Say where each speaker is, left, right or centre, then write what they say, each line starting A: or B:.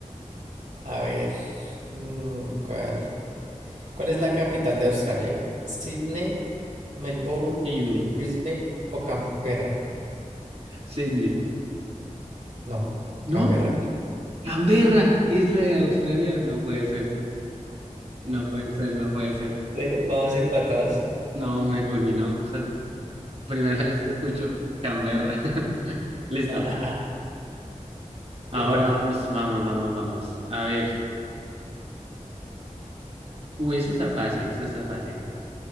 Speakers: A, on the right (about 75°); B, on the right (about 50°).
A: A ver, mm, ¿cuál? ¿Cuál es la capital de Australia? ¿Sydney, Melbourne,
B: Sydney,
A: Brisbane o Canberra?
B: Sydney.
A: No,
B: No,
A: Canberra.
B: Canberra, isla de Australia. No puede ser, no puede ser, no puede ser.
A: Bueno, vamos empatados.
B: No, me fulminó. Esa es la primera <laughs> vez que escucho Canberra. <laughs> Listo.
A: <laughs>
B: Ahora
A: Te toca.
B: vamos, vamos, vamos, vamos. A ver. Uy, eso está fácil, eso está fácil.